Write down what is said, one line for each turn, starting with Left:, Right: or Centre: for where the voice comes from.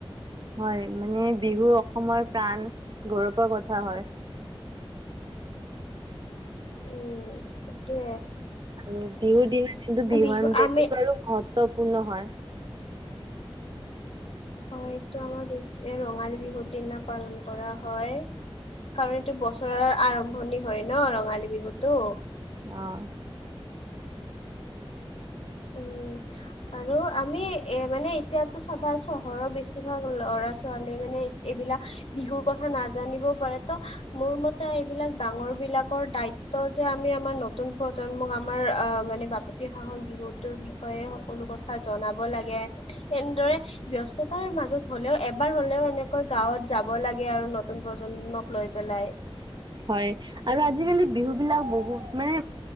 Right: হয় মানে বিহু অসমৰ প্ৰাণ গৌৰৱৰ কথা হয়।
Left: উম, সেইটোৱে।
Right: আৰু বিহুৰ দিনাত যোনতো বিহুৱান
Left: বিহু
Right: দিয়াটোতো
Left: আমি
Right: আৰু মহত্বপূৰ্ণ হয়।
Left: হয়, এইটো আমাৰ বেছি ৰঙালী বিহুৰ দিনা পালন কৰা হয়। কাৰণ এইটো বছৰৰ আৰম্ভণি হয়, ন' ৰঙালী বিহুটো।
Right: অ'।
Left: উম আৰু আমি এ, মানে এতিয়াতো চাবা চহৰৰ বেছিভাগ ল'ৰা ছোৱালী মানে এইবিলাক বিহুৰ কথা নাজানিবও পাৰে ত মোৰ মতে এইবিলাক ডাঙৰ বিলাকৰ দায়িত ত যে আমি আমাৰ নতুন প্ৰজন্মক আমাৰ আ মানে বাপতি সাহন বিহুত টো বিষয়ে সকলো কথা জনাব লাগে, এনেদৰে ব্যস্ততাৰ মাজত হ'লেও এব এবাৰ হ'লেও এনেকৈ গাঁৱত যাব লাগে আৰু নতুন প্ৰজন্মক লৈ পেলাই।
Right: হয় আৰু আজিকালি বিহু বিলাক বহুত মানে